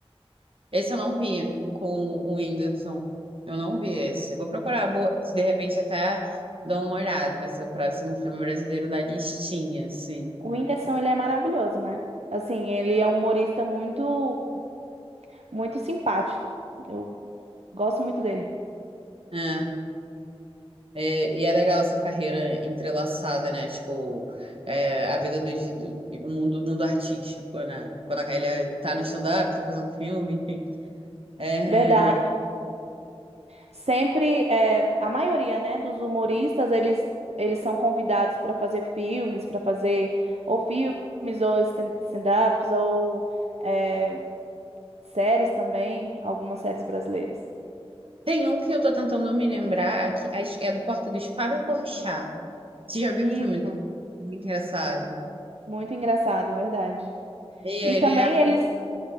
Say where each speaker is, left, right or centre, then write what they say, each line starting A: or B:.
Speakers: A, on the right (about 60°); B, on the right (about 85°).
A: esse eu não vi com o Whindersson. Eu não vi esse. Vou procurar, vou se de repente até dou uma olhada. Vai ser o próximo filme brasileiro da listinha, assim.
B: O Whindersson, ele é maravilhoso, né? Assim, ele é um humorista muito, muito simpático. Eu gosto muito dele.
A: É. É, e é legal essa carreira entrelaçada, né? Tipo, é, a vida do, do o mundo, o mundo artístico, né? Quando ele tá no stand-up, tá fazendo filme, enfim. É,
B: Verdade. Sempre, é, a maioria, né, dos humoristas, eles, eles são convidados para fazer filmes, para fazer ou filmes, ou stand- stand-ups, ou é, séries também, algumas séries brasileiras.
A: tem um que eu tô tentando me lembrar, que acho que é do Porta dos Fábio Porchat. Você já viu o filme
B: Isso,
A: dele? Muito engraçado.
B: muito engraçado, verdade.
A: E
B: E também
A: ele é.
B: eles,